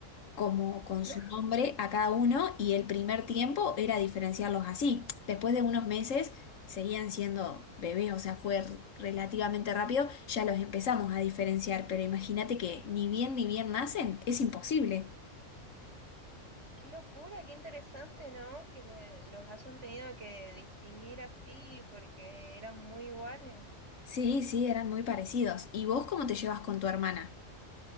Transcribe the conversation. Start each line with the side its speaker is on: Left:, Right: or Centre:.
Left: como con
Right: <laughs>
Left: su nombre a cada uno y el primer tiempo era diferenciarlos así. Después de unos meses seguían siendo bebés, o sea, fue r- relativamente rápido, ya los empezamos a diferenciar, pero imagínate que ni bien ni bien nacen, es imposible.
Right: Qué locura, qué interesante, ¿no? Que le- los hayan tenido que distinguir así porque eran muy iguales.
Left: Sí, sí, eran muy parecidos. ¿Y vos cómo te llevas con tu hermana?